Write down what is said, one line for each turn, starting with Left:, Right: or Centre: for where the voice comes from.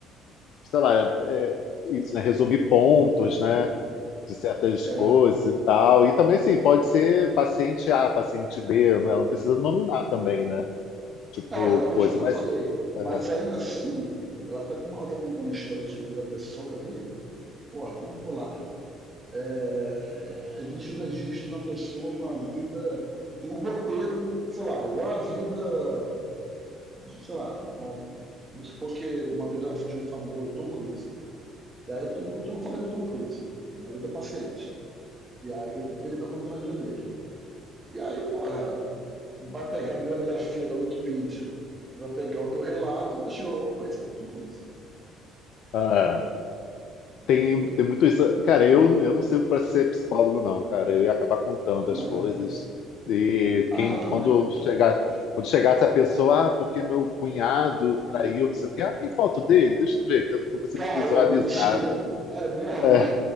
Left: sei lá, é, é, isso, né? Resumir pontos, né? De certas
Right: É,
Left: coisas e tal. E também, sim, pode ser paciente A, paciente B, não, é? não precisa nominar também, né? Tipo,
Right: não, exatamente,
Left: coisa,
Right: foi o
Left: mas.
Right: que eu falei. Mas
Left: É,
Right: ainda assim, ela tá, como ela tá contando a história de vida da pessoa ali, porra, vamos lá. É, existe um registro de uma pessoa com a vida que tem um roteiro, sei lá, igual a vida, de, sei lá, de um, vamos supor que uma vida de um famoso, Tom Cruise. E aí o Tom Cruise, eu não falo que é o Tom Cruise, mas ele é paciente. E aí ele vai contando a vida dele. E aí, porra, vai pegar a biografia da Wikipedia, vai pegar o teu relato e vai chegar, opa, isso aqui eu tô com isso.
Left: é.
Right: Entendeu?
Left: Tem, tem muito isso. Cara, eu, eu não sirvo para ser psicólogo, não, cara. Eu ia acabar contando
Right: Também
Left: as coisas.
Right: não.
Left: E
Right: Ah,
Left: quem,
Right: não, também.
Left: quando chegar, quando chegasse a pessoa, ah, porque meu cunhado traiu, não sei o quê. Ah, tem foto dele? Deixa eu ver, que eu, que eu preciso
Right: Caô,
Left: visualizar.
Right: mentira. É mesmo,
Left: É,
Right: né?